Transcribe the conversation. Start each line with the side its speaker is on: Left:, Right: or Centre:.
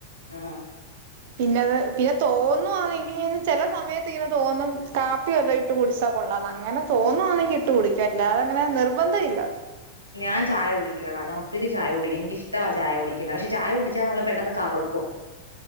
Left: ആഹ്
Right: പിന്നത് പിന്നെ തോന്നുവാണെങ്കിൽ ചില സമയത്ത് ഇങ്ങനെ തോന്നും കാ പ്പി വല്ലോ ഇട്ട് കുടിച്ചാ കൊള്ളാന്ന് അങ്ങനെ തോന്നുവാണെങ്കി ഇട്ട് കുടിക്കും അല്ലാതങ്ങനെ നിർബന്ധം ഇല്ല
Left: ഞാൻ ചായ കുടിക്കുടാ ഞാൻ ഒത്തിരി ചായ കുടിക്കും എനിക്ക് ഇഷ്ടവാ ചായ കുടിക്കുന്നത് പക്ഷെ ചായ കുടിച്ചാ നമ്മള് പെട്ടെന്ന് കറുക്കും